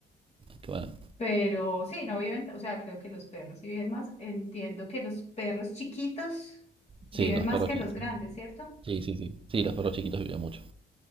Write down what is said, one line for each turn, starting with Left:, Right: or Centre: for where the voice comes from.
Right: qué bueno.
Left: Pero sí, no viven, o sea, creo que los perros sí viven más. Entiendo que los perros chiquitos viven
Right: Sí, los
Left: más
Right: perros
Left: que
Right: chiquitos.
Left: los grandes, ¿cierto?
Right: Sí, sí, sí. Sí, los perros chiquitos viven mucho.